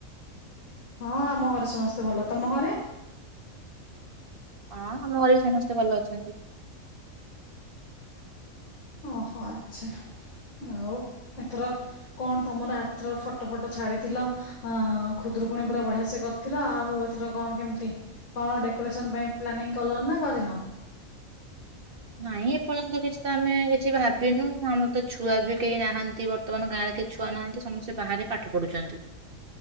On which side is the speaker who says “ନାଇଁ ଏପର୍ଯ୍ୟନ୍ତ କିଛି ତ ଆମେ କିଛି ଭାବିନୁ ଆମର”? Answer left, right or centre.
Right